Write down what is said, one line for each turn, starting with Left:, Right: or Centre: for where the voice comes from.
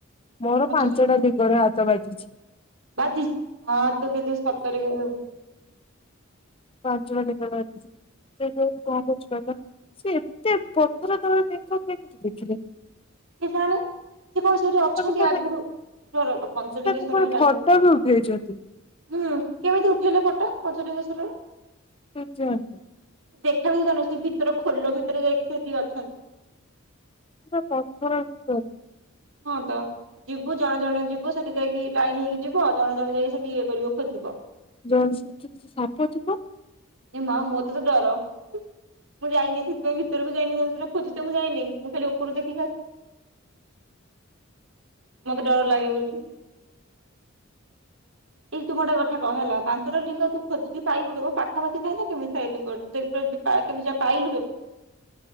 Left: ମୋର
Right: ପଞ୍ଚଲିଙ୍ଗ
Left: ପାଞ୍ଚଟା ଲିଙ୍ଗରେ ହାତ ବାଜିଚି।
Right: ବାଜିଚି ମାଁ ତୁ କେତେ ସତରେ <inaudible>
Left: ପାଞ୍ଚିମ ଲିଙ୍ଗରେ ବାଜିଚି। ସେ ଯୋଉ କଣ କହୁଚି କହିଲ ସିଏ ଏତେ ପଥର ତଳେ ଲିଙ୍ଗ କେମିତି ଦେଖିଲେ?
Right: କେଜାଣି। ସେ କଣ ସେଇଠି ଅଛନ୍ତି
Left: ତାକୁ କୁଆଡେ
Right: ଆଗରୁ <inaudible> ପଞ୍ଚଲିଙ୍ଗେଶ୍ଵର
Left: ତାକୁ କୁଆଡେ
Right: ହେଲା
Left: ଫଟୋ
Right: ଯୋଉ
Left: ବି ଉଠେଇଛନ୍ତି
Right: ହୁଁ କେମିତି ଉଠେଇଲେ ଫଟୋ ପଞ୍ଚଲିଙ୍ଗେଶ୍ୱର ର?
Left: କେଜାଣିଲୋ।
Right: ଦେଖା ବି କଥା ନୁହଁ ସେ ଭିତର ଖୋଲ ଭିତରେ ଯାଇକି ସେଠି ଅଛନ୍ତି।
Left: ପୁରା ପଥର ଭିତରେ।
Right: ହଁ ତ। ଯିବୁ ଜଣେ ଜଣେ ଯିବୁ ସେଠି ଯାଇକି ଲାଇନ୍ ହେଇକି ଯିବ ଆଉ ଜଣେ ଜଣ ଯାଇକି ସେଠି ଇଏ କରିବ ଖୋଜିବ।
Left: ଜଂସ୍ ସି ସାପ ଥିବ?
Right: ଏମା ମୋତେ ତ ଡର। ମୁଁ ଯାଇନି ସେଥିପାଇଁ ଭିତରକୁ ଯାଇିନି ସେଇଟା ଖୋଜିତେ ମୁଁ ଯାଇନି ମୁଁ ଖାଲି ଉପରୁ ଦେଖି ଆସିଚି। ମତେ ଡର ଲାଗେ ବୋଲି। ଏଇ ତୁ ଗୋଟେ କଥା କହ ହେଲା ପାଞ୍ଚଟା ଲିଙ୍ଗ ତୁ ଖୋଜିକି ପାଇବୁ କେମ୍ ପାଖାପାଖି ଥାଏ କେମିତି ଥାଏ ଲିଙ୍ଗ <inaudible> ପାଇଲୁ କେମିତି?